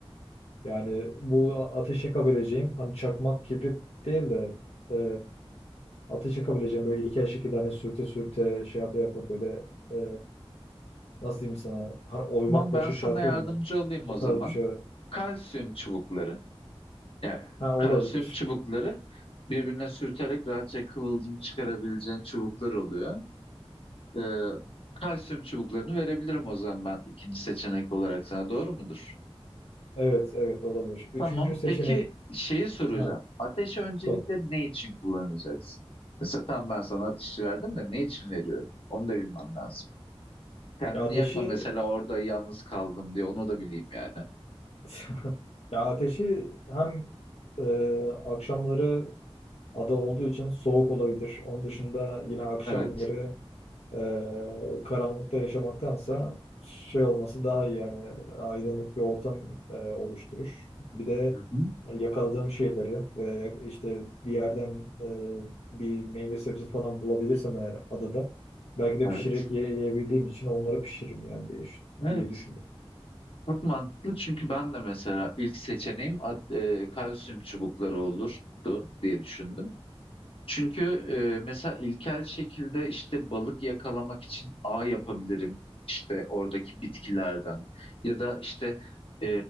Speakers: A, on the left (about 85°); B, on the left (about 60°).
A: Yani bu a- ateş yakabileceğim hani çakmak kibrit değil de e, ateş yakabileceğim böyle iki aşık iki tane sürte sürte şey yapa yapa böyle e, nasıl diyeyim sana hani oymak
B: Tamam ben
A: başı
B: sana
A: şey yapıyor
B: yardımcı
A: ya
B: olayım o
A: o
B: zaman.
A: tarz bir şey var.
B: Kalsiyum çubukları. Yani
A: Ha
B: kalsiyum
A: olabilir.
B: çubukları birbirine sürterek rahatça kıvılcım çıkarabileceğin çubuklar oluyor. Ee, kalsiyum çubuklarını verebilirim o zaman ben ikinci seçenek olarak sana. Doğru mudur?
A: Evet evet olabilir. Üçüncü
B: Tamam.
A: seçenek
B: Peki şeyi soracağım.
A: ha
B: Ateşi öncelikle
A: top.
B: ne için kullanacaksın? Mesela tam ben sana ateşi verdim de ne için veriyorum? Onu da bilmem lazım. Kendini
A: Ya ateşi
B: yakma mesela orada yalnız kaldım diye onu da bileyim yani.
A: <laughs> ya ateşi hem e, akşamları ada olduğu için soğuk olabilir. Onun dışında yine akşamları
B: Evet.
A: Ee, karanlıkta yaşamaktansa şey olması daha iyi yani aydınlık bir ortam e, oluşturur. Bir de
B: Hı hı.
A: hani yakaladığım şeyleri ve işte bir yerden e, bir meyve sebze falan bulabilirsem eğer adada belki de
B: Evet.
A: pişirerek ye- yiyebildiğim için onları pişiririm yani diye, düş-
B: Evet.
A: diye düşündüm.
B: Çok mantıklı çünkü ben de mesela ilk seçeneğim at- e, kalsiyum çubukları olurdu diye düşündüm. Çünkü e, mesela ilkel şekilde işte balık yakalamak için ağ yapabilirim işte oradaki bitkilerden ya da işte e,